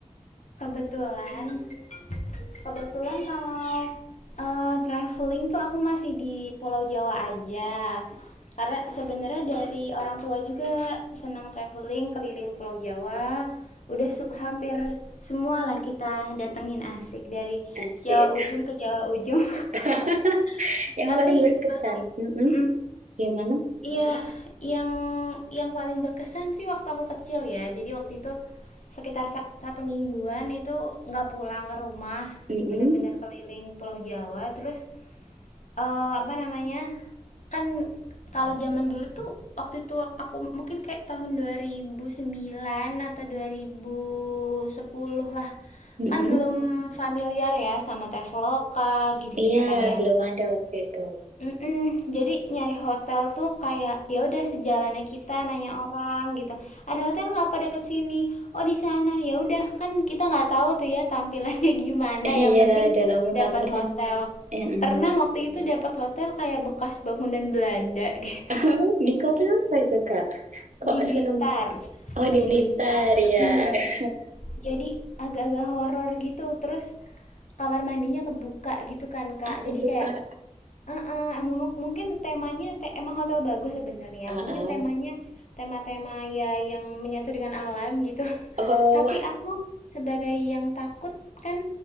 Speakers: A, on the left (about 75°); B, on the right (about 85°).
A: kebetulan Kebetulan kalau eh, traveling tuh aku masih di Pulau Jawa aja. Karena sebenarnya dari orang tua juga senang traveling keliling Pulau Jawa. Udah se- hampir semua lah kita datengin asik dari
B: <laughs> Asik.
A: Jawa ujung ke Jawa ujung.
B: <laughs>
A: <laughs>
B: Yang
A: Tapi
B: paling berkesan.
A: belum
B: Mm-mm.
A: Mm-mm.
B: Gimana?
A: Iya, yang yang paling berkesan sih waktu aku kecil ya. Jadi waktu itu sekitar sa- satu mingguan itu nggak pulang ke rumah,
B: Mm-mm.
A: bener-bener keliling Pulau Jawa. Terus eh, apa namanya? Kan kalau zaman dulu tuh waktu itu ak- aku mungkin kayak tahun 2009 atau dua ribu sepuluh lah.
B: Mm-mm.
A: Kan belum familiar ya sama Traveloka gitu-gitu
B: Iya,
A: kan ya.
B: belum ada waktu itu. <laughs>
A: Mhm, jadi nyari hotel tuh kayak ya udah sejalannya kita nanya orang gitu. Ada hotel nggak apa deket sini? Oh di sana. Ya udah kan kita nggak tahu tuh ya tampilannya <laughs> gimana.
B: Iya,
A: Yang penting
B: dalam
A: dapat
B: kamarnya.
A: hotel.
B: Mm-mm.
A: Pernah waktu itu dapat hotel kayak bekas bangunan Belanda <laughs> gitu.
B: <laughs> Di kota apa itu, Kak? Kok
A: Di Blitar.
B: serem? Oh, di
A: Di
B: Blitar,
A: Blitar.
B: ya.
A: Mhm.
B: <laughs>
A: Jadi agak-agak horor gitu. Terus kamar mandinya kebuka gitu kan Kak.
B: Ah, kebuka.
A: Jadi kayak Heeh, mu mu mungkin temanya te emang hotel bagus sebenarnya.
B: Ah,
A: Mungkin
B: ah.
A: temanya tema-tema ya yang menyatu dengan alam gitu. <laughs>
B: Oh,
A: Tapi
B: <laughs>
A: aku sebagai yang takut kan